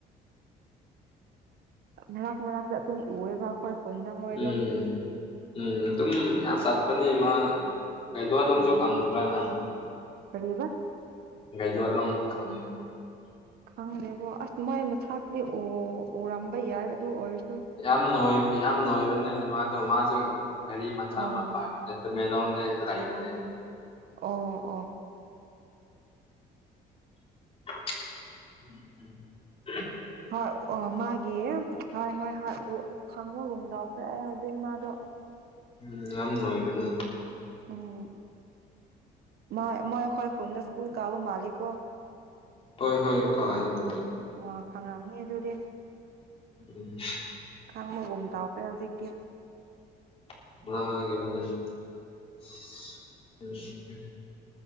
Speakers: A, on the right; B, on the left.
A: ꯃꯔꯛ ꯃꯔꯛꯇ ꯎꯋꯦꯕ ꯑꯈꯣꯏ ꯈꯨꯟꯗ ꯃꯣꯏꯗꯣ
B: ꯎꯝ ꯎꯝ ꯑꯗꯨꯝ ꯌꯥꯝ ꯆꯠꯄꯅꯦ ꯃꯥ ꯀꯩꯗꯣꯂꯪꯁꯨ
A: ꯎꯝ
B: ꯈꯪꯕ꯭ꯔ ꯅꯪ
A: ꯀꯔꯤꯕ
B: ꯒꯥꯏꯗꯣꯂꯪ <unintelligible>
A: ꯈꯪꯗꯦꯕꯣ ꯑꯁ ꯃꯣꯏ ꯃꯁꯛꯇꯨꯗꯤ ꯎꯔꯝꯕ ꯌꯥꯏ ꯑꯗꯨ ꯑꯣꯏꯔꯁꯨ
B: ꯌꯥꯝ ꯅꯣꯏꯕ ꯌꯥꯝ ꯅꯣꯏꯕꯅꯤꯅ ꯑꯗꯨꯃꯥꯏ ꯇꯧꯕ ꯃꯥꯁꯨ ꯒꯔꯤ ꯃꯆꯥ
A: ꯑꯣ
B: ꯑꯃ ꯄꯥꯏ ꯇꯃꯦꯡꯂꯣꯡꯗ ꯂꯩꯕꯅꯦ
A: ꯑꯣ ꯑꯣ
B: <unintelligible>
A: ꯍꯣꯏ ꯑꯣ ꯃꯥꯒꯤ ꯍꯣꯏ ꯍꯣꯏ ꯍꯣꯏ ꯈꯪꯕꯒꯨꯝꯗꯎꯈ꯭ꯔꯦ ꯑꯩ ꯍꯧꯖꯤꯛ ꯃꯥꯗꯣ
B: ꯎꯝ ꯑꯝ ꯅ ꯑꯣꯏꯕꯅ
A: ꯎꯝ ꯃ ꯃꯌꯥ ꯈꯣꯏ ꯈꯨꯅ ꯁꯀꯨꯜ ꯀ ꯑꯕ ꯍꯥꯂꯀ
B: ꯍꯣꯏ ꯍꯣꯏ ꯀꯥꯏ ꯇ
A: ꯑꯣ ꯈꯪꯔꯝꯅꯤ ꯑꯗꯨꯗꯤ
B: ꯎꯝ
A: ꯈꯪꯕꯒꯨꯝ ꯇꯥꯎ ꯀꯌꯥ ꯍꯧꯖꯤꯛꯀꯤ
B: ꯒꯦꯦ